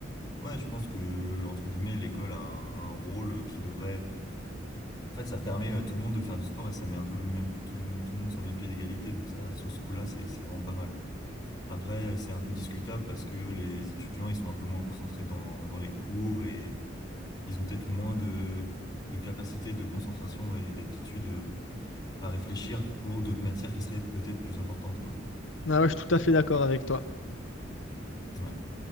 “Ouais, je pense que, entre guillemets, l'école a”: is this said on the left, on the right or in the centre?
Left